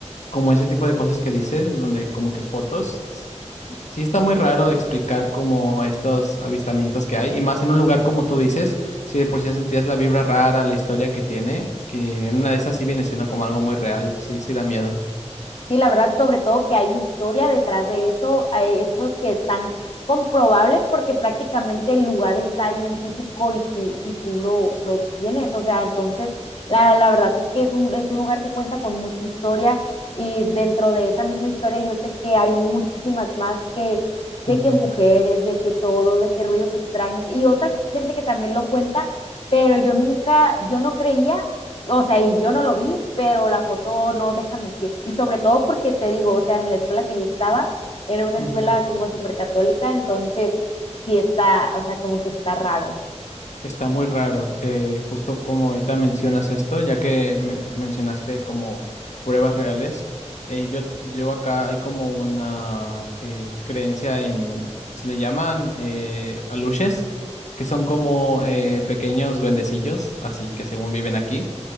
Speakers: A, on the left; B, on the left.
A: como ese tipo de cosas que dices, donde como que fotos, sí está muy raro explicar como estos avistamientos que hay, y más en un lugar como tú dices, si de por sí ya sentías la vibra rara, la historia que tiene, que en una de esas sí viene siendo como algo muy real, sí, sí da miedo.
B: Sí, la verdad, sobre todo que hay historia detrás de eso, hay hechos que están comprobables porque prácticamente el lugar está ahí en físico y tú, y tú lo, lo tienes. O sea, entonces, la, la verdad es que es un, es un lugar que cuenta con mucha historia y dentro de esa misma historia yo sé que hay muchísimas más que de
A: Ujú,
B: que mujeres, de que todo, de que ruidos extraños y otra gente que también lo cuenta, pero yo nunca, yo no creía o sea, y yo no lo vi, pero la foto no deja mentir. Y sobre todo porque te digo, o sea, en la escuela que yo estaba, era una
A: ujú.
B: escuela como súper católica, entonces sí está, o sea, como que está raro.
A: Está muy raro, eh, justo como ahorita mencionas esto, ya que me- mencionaste como pruebas reales, eh, yo, yo acá hay como una eh, creencia en, se le llaman eh, aluches, que son como eh, pequeños duendecillos, así que según viven aquí.